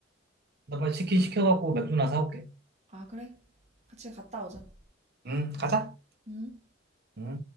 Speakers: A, on the right; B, on the right.
A: 나 빨리 치킨 시켜갖고 맥주나 사올게.
B: 아, 그래. 같이 갔다 오자.
A: 응 가자.
B: 응?
A: 응.